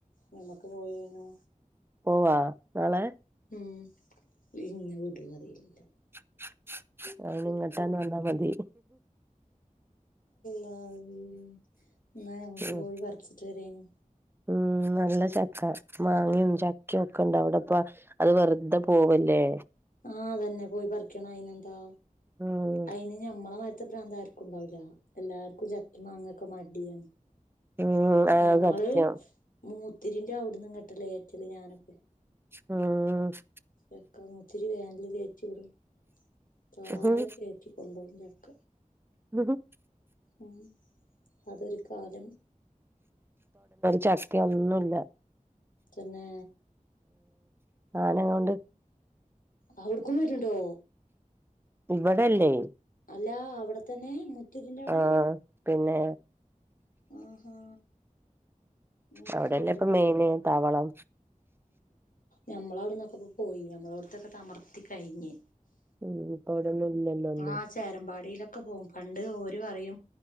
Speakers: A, on the left (about 90°); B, on the right (about 15°).
A: നമ്മക്ക് പോയേനു
B: പോവാ നാളെ
A: ഉം ഇന്നെ വിടോ അറീലല്ലോ
B: <inaudible> അയിന് ഇങ്ങട്ടാന്ന് വന്നാ മതി
A: താവി എന്നാ ഞക്ക്
B: ഉം
A: പോയി പറച്ചിട്ട് വരേണ്
B: ഉം നല്ല ചക്ക മാങ്ങും ചക്കോ ണ്ട് അവിടെപ്പ അത് വെറുതെ പോവല്ലേ
A: ആഹ് തന്നെ പോയി പറിക്കണം അതിനെന്താ
B: ഉം
A: അതിന് ഞൻമള ഇത്തെ പ്രാന്തം ആർക്കും ഉണ്ടാവില്ല എല്ലാർക്കും ചക്കി മാങ്ങ ഒക്കെ മടിയാണ്
B: ഉം ആഹ്
A: ഞങ്ങള്
B: സത്യം
A: മൂ ഒത്തിരിന്റെ അവിടന്നും കട്ടല്ലേ ഏറ്റല് ഞാനൊക്കെ
B: മ്മ്
A: ചക്ക മുത്തിരി വേനല് കയറ്റി വിടും താഴെ
B: ഉം
A: കയറ്റി കൊണ്ടോവും ചക്ക
B: മ്മ്മ്
A: മ്മ് അതൊരു കാലം
B: ചക്കെയൊന്നുല്ല
A: പിന്നെ
B: ആനങ്ങോണ്ട്
A: അവിടക്ക വരുന്നുണ്ടോ
B: ഇവടല്ലേ
A: അല്ല അവിടെത്തന്നെ മു ത്തൂരിന്റെറെ
B: ആഹ്
A: അവിടെ
B: പിന്നെ
A: ആഹാ അത്
B: അവിടെന്നെ
A: ശരി
B: ഇപ്പ മെയിന് തവളം
A: ഞമ്മൾ അവിടന്നൊക്കെ ഇപ്പ പോയി നമ്മട അവിടുത്തൊക്കെ തമർത്തി കഴിഞ്ഞ്
B: ഉം അവിടൊന്നും ഇല്ലല്ലോ ഒന്നും
A: ആഹ ചേരമ്പാടിലൊ ഒക്കെ പോകും പണ്ട് ഓര് പറയും